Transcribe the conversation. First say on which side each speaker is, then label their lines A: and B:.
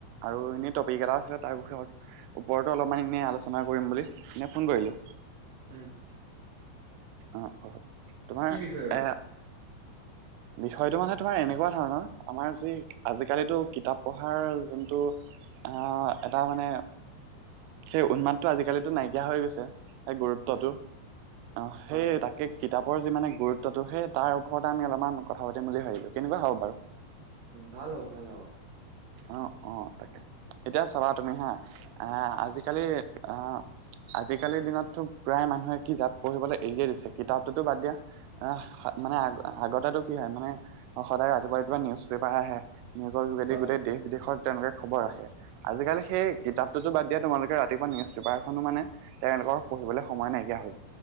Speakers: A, on the right (about 90°); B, on the right (about 75°).
A: আৰু এনে ত এটা আছিলে তাৰ বিষয়ত ওপৰতো অলপমান এনে আলোচনা কৰিম বুলি, এনেই ফোন কৰিলো।
B: উম।
A: অ অ। তোমাৰ
B: কি বিষয়ৰ?
A: এ বিষয়টো মানে তোমাৰ এনেকুৱা ধৰণৰ। আমাৰ যি আজিকালি টো কিতাপ পঢ়াৰ যোনটো। আহ এটা মানে সেই উন্মাদটো আজিকালিটো নাইকিয়া হৈ গৈছে। সে গুৰুত্বটো।
B: অ
A: অ, সেই
B: হয় হয়
A: তাকে কিতাপৰ যি মানে গুৰুত্বটো। সেই তাৰ ওপৰত টা আমি অলপমান কথা পাতিম বুলি ভাবিলো। কেনেকুৱা হ'ব বাৰু?
B: ভাল হ'ব ভাল হ'ব।
A: অ অ তাকে। এতিয়া চাবা তুমি হা। আহ আজিকালি আহ। আজিকালিৰ দিনততো প্ৰায় মানুহে কিতাপ পঢ়িবলে এৰিয়ে দিছে। কিতাপটোতো বাদ দিয়া আ হা মানে আগ আগতেটো কি হয়? মানে, সদায় ৰাতিপুৱা ৰাতিপুৱা নিউজ পেপাৰ আহে। নিউজৰ যোগেদি
B: হয়
A: গোটেই দেশ বিদেশত তেওঁলোকে খবৰ ৰাখে। আজিকালি সেই কিতাপটোতো বাদ দিয়া। তোমালোকে ৰাতিপুৱা নিউজ পেপাৰখনো মানে তেওঁলোকৰ পঢ়িবলে সময় নাইকিয়া হল।